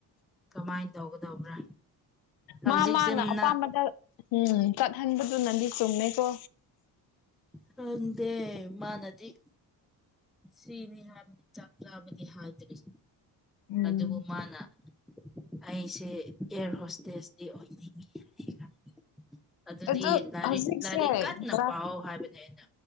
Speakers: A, in the centre; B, on the left.
A: ꯀꯃꯥꯏꯅ ꯇꯧꯒꯗꯧꯕ꯭ꯔꯥ ꯍꯧꯖꯤꯛꯁꯦꯅ
B: ꯃꯥ ꯃꯥꯅ ꯑꯄꯥꯝꯕꯗ ꯎꯝ ꯀꯠꯍꯟꯕꯗꯨ ꯅꯗꯤ ꯁꯨꯃꯦꯀꯣ
A: ꯈꯨꯝꯗꯦ ꯃꯥꯅꯗꯤ ꯁꯤꯅꯤ ꯍꯥꯏꯕꯗꯤ ꯆꯞ ꯆꯥꯕꯗꯤ ꯍꯥꯏꯗ꯭ꯔꯤ
B: ꯎꯝ
A: ꯑꯗꯨꯕꯨ ꯃꯥꯅ ꯑꯩꯁꯦ ꯏꯌꯔ ꯍꯣꯁꯇꯦꯖꯇꯤ ꯑꯣꯏꯅꯤꯡꯉꯤ ꯍꯥꯏꯅ ꯈꯪꯖꯩ ꯑꯗꯨꯗꯤ
B: ꯑꯗꯨ
A: ꯂꯥꯏꯔꯤꯛ
B: ꯍꯧꯖꯤꯛꯁꯦ
A: ꯂꯥꯏꯔꯤꯛ ꯀꯟꯅ
B: ꯀ꯭ꯂꯥꯁ
A: ꯄꯥꯎ ꯍꯥꯏꯕꯅꯦ ꯑꯩꯅ